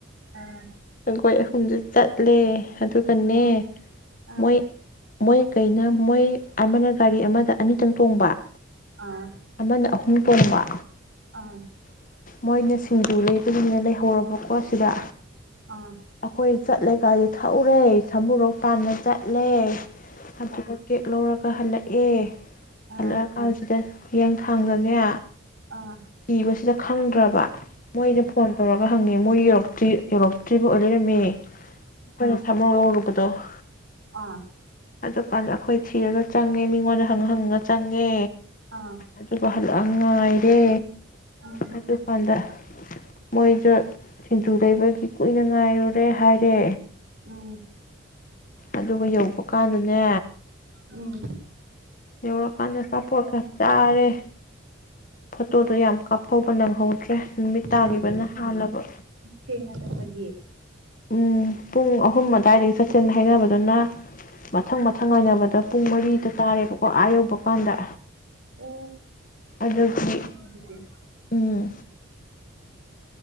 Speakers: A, on the right; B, on the left.
A: ꯑꯥ
B: ꯑꯈꯣꯏ ꯑꯍꯨꯝꯗꯤ ꯆꯠꯂꯦ ꯑꯗꯨꯒꯅꯦ
A: ꯑꯥ ꯑꯥ
B: ꯃꯣꯏ ꯃꯣꯏ ꯀꯩꯅ ꯃꯣꯏ ꯑꯃꯅ ꯒꯥꯔꯤ ꯑꯃꯗ ꯑꯅꯤꯇꯪ ꯇꯣꯡꯕ
A: ꯑꯥ
B: ꯑꯃꯅ ꯑꯍꯨꯝ ꯇꯣꯡꯕ
A: ꯑꯥ
B: ꯃꯣꯏꯅ ꯁꯤꯡꯖꯨ ꯂꯩꯕꯗꯨꯅꯤꯅ ꯂꯩꯍꯧꯔꯕꯀꯣ ꯁꯤꯗ
A: ꯑꯥ
B: ꯑꯩꯈꯣꯏ ꯆꯠꯂꯦ ꯀꯥꯏꯗꯦ ꯊꯛꯎꯔꯦ ꯊꯃꯨꯔꯣꯛ ꯇꯥꯟꯅ ꯆꯠꯂꯦ ꯑꯗꯨꯒ ꯀꯦꯛ ꯂꯧꯔꯒ ꯑꯍꯜꯂ ꯑꯦ
A: ꯑꯥ
B: ꯍꯜꯂ ꯀꯥꯅꯁꯤꯗ ꯍꯡꯊꯥꯡꯗꯅꯦ
A: ꯑꯥ
B: ꯊꯤꯕꯁꯤꯗ ꯈꯪꯗ꯭ꯔꯕ ꯃꯣꯏꯗ ꯐꯣꯟ ꯇꯧꯔꯒ ꯍꯪꯉꯦ ꯃꯣꯏ ꯌꯧꯛꯇ꯭ꯔꯤꯧ ꯑꯠꯇ꯭ꯣꯏꯔꯤꯕ ꯑꯣꯏ ꯂꯩꯔꯝꯃꯦ ꯑꯩꯈꯣꯏꯅ ꯊꯃꯧꯔꯣ ꯇꯣ <inaudible>
A: ꯑꯥ
B: ꯑꯗꯨꯀꯥꯟꯗ ꯑꯩꯈꯣꯏ ꯊꯤꯔꯒ ꯆꯪꯉꯦ ꯃꯤ ꯃꯉꯣꯟꯗ ꯍꯪ ꯍꯪꯉ ꯆꯪꯉꯦ
A: ꯑꯥ
B: ꯑꯗꯨꯒ ꯍꯜꯂꯛꯑ ꯉꯥꯏꯔꯦ
A: ꯎꯝ
B: ꯑꯗꯨꯀꯥꯟꯗ ꯃꯣꯏꯗ ꯁꯤꯡꯖꯨ ꯂꯩꯕꯒꯤ ꯀꯨꯏꯅ ꯉꯥꯏꯔꯨꯔꯦ ꯍꯥꯏꯔꯦ
A: ꯎꯝ
B: ꯑꯗꯨꯒ ꯌꯧꯕ ꯀꯥꯟꯗꯅꯦ
A: ꯎꯝ
B: ꯌꯧꯔꯀꯥꯟꯗ ꯑꯆꯥꯄꯣꯠ ꯈꯔ ꯆꯥꯔꯦ ꯐꯣꯇꯣꯗꯣ ꯌꯥꯝ ꯀꯥꯞꯊꯧꯕ ꯅꯪꯍꯧꯗ꯭ꯔꯦ ꯅꯨꯃꯤꯠ ꯇꯥꯈꯤꯕꯅ
A: ꯀꯩꯒꯤ
B: ꯍꯥꯜꯂꯕ
A: ꯊꯦꯡꯅ ꯆꯠꯄꯒꯤ
B: ꯎꯝ ꯄꯨꯡ ꯑꯍꯨꯝ ꯑꯗꯨꯋꯥꯏꯗꯒꯤ ꯆꯠꯁꯦꯅ ꯍꯥꯏꯅꯕꯗꯨꯅ ꯃꯊꯪ ꯃꯊꯪ ꯉꯥꯏꯅꯕꯗ ꯄꯨꯡ ꯃꯔꯤꯗ ꯇꯥꯔꯦꯕ ꯑꯥ ꯌꯧꯕ ꯀꯥꯟꯗ
A: ꯑꯣ
B: ꯑꯗꯨꯒꯤ
A: ꯊꯦꯡꯉꯦ ꯑꯗꯨꯗꯤ
B: ꯎꯝ